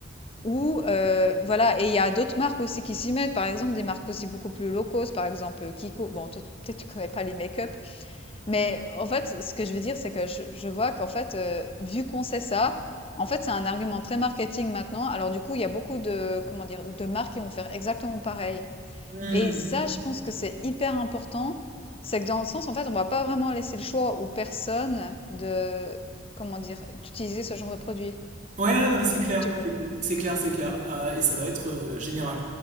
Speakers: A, on the left (about 30°); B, on the right (about 40°).
A: Ou heu, voilà et il y a d'autres marques aussi qui s'y mettent, par exemple des marques aussi beaucoup plus low cost, par exemple, euh, Kiko. Bon toi tu peut-être tu connais pas les make-up, mais en fait, ce que je veux dire, c'est que je je vois qu'en fait, heu, vu qu'on sait ça, en fait, c'est un argument très marketing maintenant. Alors du coup, il y a beaucoup de comment dire? De marques qui vont faire exactement pareil
B: Mm.
A: et ça, je pense que c'est hyper important. C'est que dans le sens, en fait, on va pas vraiment laisser le choix aux personnes de comment dire? D'utiliser ce genre de produit,
B: Ouais, non mais c'est clair,
A: tu vois?
B: c'est clair, c'est clair, c'est clair. Euh, et ça va être euh, général.